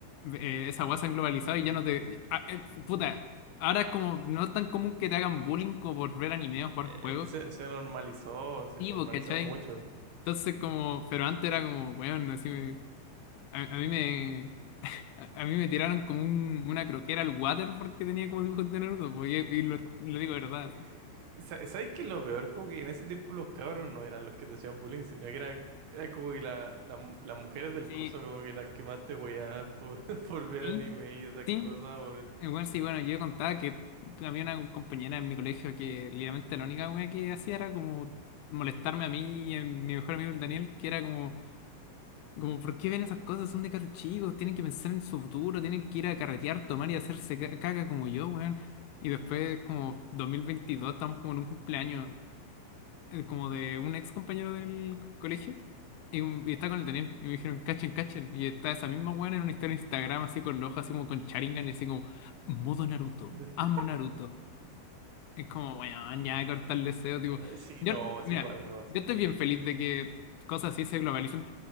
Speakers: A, on the left; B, on the right.
A: eh, esa weá se han globalizado y ya no te. ah, eh, puta, ahora es como no es tan común que te hagan bullying como por ver anime o jugar juegos.
B: Es que se, se normalizó, se
A: Sí,
B: normalizó
A: pues, ¿cachai?
B: mucho.
A: Entonces, como, pero antes era como, weón, así. A, a mí me, a, a mí me tiraron como un- una croquera al water porque tenía como dibujos de Naruto, po, y, y lo, lo digo de verdad.
B: Eh, sa- ¿Sabes qué es lo peor? Como que en ese tiempo los cabros no eran los que te hacían bullying, sino que era era como que la- la mu- las mujeres del
A: Sí,
B: curso como que las que más te hueaban por, <laughs> por ver
A: sí,
B: anime y esas
A: sí.
B: cosas, weón.
A: Igual sí, bueno, yo contaba que había una compañera en mi colegio que literalmente la única wea que hacía era como molestarme a mí y a mi mejor amigo el Daniel, que era como, como, ¿por qué ven esas cosas? Son de carros chicos, tienen que pensar en su futuro, tienen que ir a carretear, tomar y hacerse ca- caca como yo, weón. Y después, como 2022, estamos como en un cumpleaños. eh, como de un ex compañero del colegio y, un- y está con el Daniel y me dijeron cachen cachen y está esa misma buena en una historia de Instagram así con los ojos así como con Sharingan y así como modo Naruto
B: <laughs>
A: amo Naruto es como, weón, ya cortar el deseo, tipo.
B: Ah, Sí,
A: Yo,
B: no, es
A: mira,
B: igual me pasó,
A: yo estoy
B: weón.
A: bien feliz de que cosas así se globalicen.